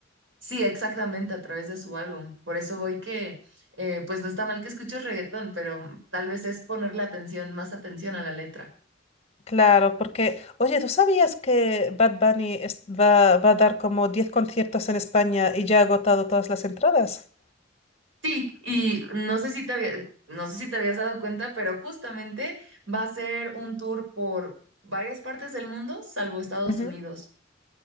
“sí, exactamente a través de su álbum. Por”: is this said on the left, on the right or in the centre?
Right